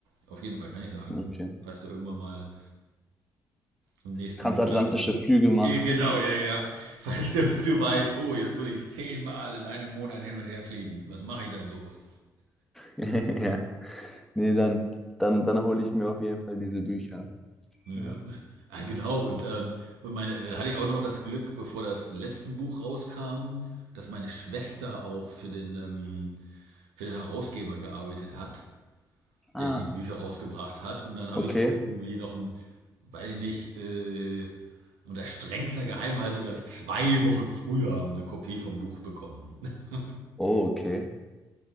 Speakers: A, on the right (about 80°); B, in the centre.
A: Auf jeden Fall, kann ich sagen.
B: Okay.
A: Falls du irgendwann mal im nächsten
B: Transatlantische
A: Monat irgendwie.
B: Flüge macht.
A: Eh, Genau, ja, ja. Falls du, <laughs> du weißt, oh, jetzt muss ich zehnmal in einem Monat hin und her fliegen. Was mache ich da bloß?
B: <laughs> Ja. Nee, dann, dann, dann hole ich mir auf jeden Fall diese Bücher.
A: Ja,
B: Ja.
A: ah, genau. Und, ähm, und meine, dann hatte ich auch noch das Glück, bevor das letzte Buch rauskam, dass meine Schwester auch für den, ähm, für den Herausgeber gearbeitet hat.
B: Ah,
A: der die Bücher rausgebracht hat. Und dann habe
B: okay.
A: ich auch irgendwie noch ein, weiß ich nicht, äh, unter strengster Geheimhaltung habe ich zwei Wochen früher eine Kopie vom Buch bekommen. <laughs>
B: Oh, okay.